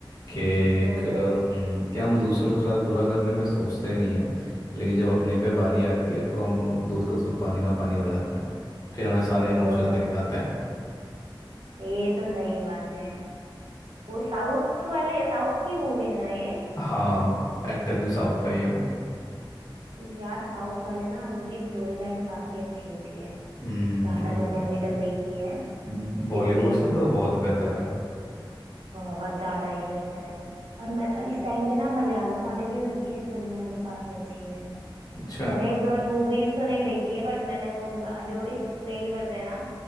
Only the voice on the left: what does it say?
कि एक
हम्म,
कि हम दूसरों के साथ बुरा करने में सोचते नहीं है लेकिन जब अपने पे बारी आती है तो हम दूध का दूध पानी का पानी हो जाता है फिर हमें सारे इमोशंस
दिख जाते
हैं
हाँ एक्टर भी साउथ का ही है वो
हम्म
ये
तो है
हम्म, बॉलीवुड
से
तो बहुत बेहतर है
अच्छा